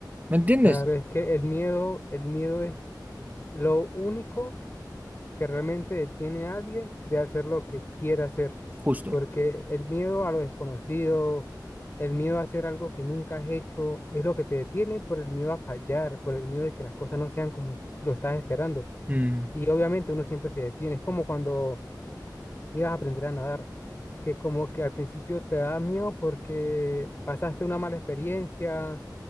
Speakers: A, on the right; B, on the left.
A: ¿Me entiendes?
B: Claro, es que el miedo, el miedo es lo único. que realmente detiene a alguien de hacer lo que quiere hacer.
A: Justo.
B: Porque el miedo a lo desconocido, el miedo a hacer algo que nunca has hecho, es lo que te detiene por el miedo a fallar, por el miedo de que las cosas no sean como lo estás esperando.
A: Mm,
B: Y obviamente uno siempre se detiene. Es como cuando ibas a aprender a nadar, que como que al principio te da miedo porque pasaste una mala experiencia